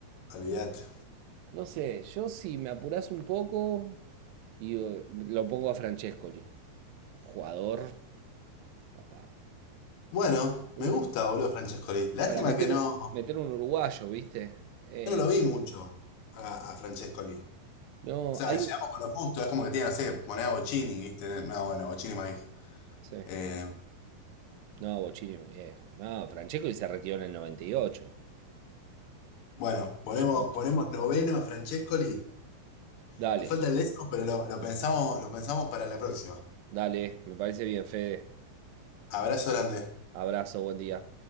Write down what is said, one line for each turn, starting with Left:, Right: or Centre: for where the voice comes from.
Left: olvidate.
Right: No sé, yo si me apurás un poco. Y eh, lo pongo a Francescoli. Jugador, papá.
Left: Bueno,
Right: Una
Left: me gusta, boludo, Francescoli. Lástima
Right: Para meter
Left: que no.
Right: un, meter un uruguayo, ¿viste? Eh,
Left: Yo no lo vi mucho a, a Francescoli.
Right: no,
Left: O sea,
Right: hay
Left: llegamos
Right: un...
Left: con lo justo. Es como que tiene, no sé, poner a Bochini, ¿viste? No, bueno, Bochini más viejo.
Right: Sí.
Left: Eh,
Right: No, Bochini es viejo. No, Francesco se retiró en el 98.
Left: bueno, ponemos,
Right: Llegó.
Left: ponemos noveno a Francescoli.
Right: Dale,
Left: Nos falta el décimo, pero lo, lo pensamos, lo pensamos para la próxima.
Right: dale, me parece bien, Fede.
Left: Abrazo grande.
Right: Abrazo, buen día.